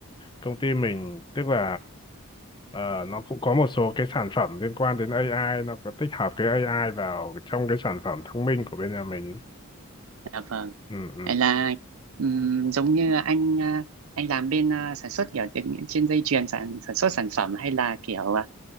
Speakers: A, on the left (about 20°); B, on the right (about 75°).
A: công ty mình tức là ờ, nó cũng có một số cái sản phẩm liên quan đến AI nó có tích hợp cái AI vào trong cái sản phẩm thông minh của bên nhà mình
B: Dạ vâng.
A: Ừ, ừ.
B: Vậy là ừm, giống như anh à, anh làm bên à, sản xuất kiểu tiếng- trên dây chuyền sản sản xuất sản phẩm hay là kiểu à,